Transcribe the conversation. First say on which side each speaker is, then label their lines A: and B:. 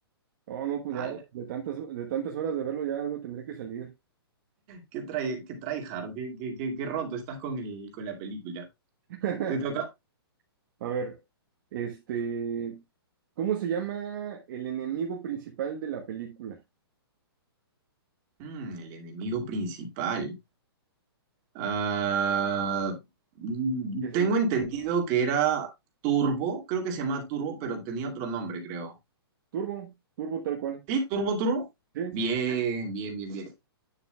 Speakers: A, on the right (about 50°); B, on the right (about 35°).
A: Oh, no, pues ya
B: Ala,
A: de tantas, de tantas horas de verlo ya algo tendré que salir.
B: qué trae, qué tryhard, qué, qué, qué, qué roto estás con el, con la película.
A: <laughs>
B: ¿Te toca?
A: A ver, este, ¿cómo se llama el enemigo principal de la película?
B: Mm, el enemigo principal. Ah, mm,
A: Es
B: tengo
A: el
B: entendido que era Turbo, creo que se llama Turbo, pero tenía otro nombre, creo.
A: Turbo, Turbo tal cual.
B: Sí, Turbo Turbo.
A: Sí,
B: Bien, bien, bien, bien.